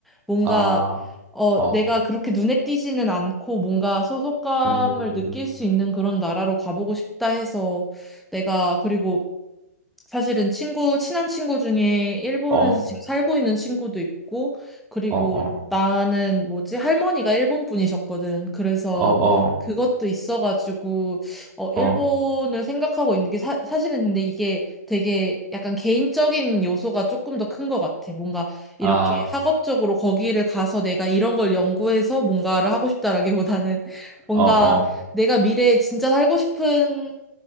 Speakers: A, in the centre; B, on the right.
A: 뭔가
B: 아,
A: 어
B: 어,
A: 내가 그렇게 눈에 띄지는 않고 뭔가 소속감을
B: 음,
A: 느낄 수 있는 그런 나라로 가보고 싶다 해서 내가 그리고 사실은 친구, 친한 친구 중에 일본에서
B: 어, 어,
A: 지금 살고 있는 친구도 있고, 그리고
B: 어,
A: 나는 뭐지, 할머니가 일본 분이셨거든. 그래서
B: 어, 어,
A: 그것도 있어가지고, 어, 일본을
B: 어,
A: 생각하고 있는 게 사, 사실은 근데 이게 되게 약간 개인적인 요소가 조금 더 큰 것 같아. 뭔가 이렇게
B: 아,
A: 학업적으로 거기를 가서 내가 이런 걸 연구해서 뭔가를 하고 싶다라기보다는 <laughs> 뭔가
B: 어, 어,
A: 내가 미래에 진짜 살고 싶은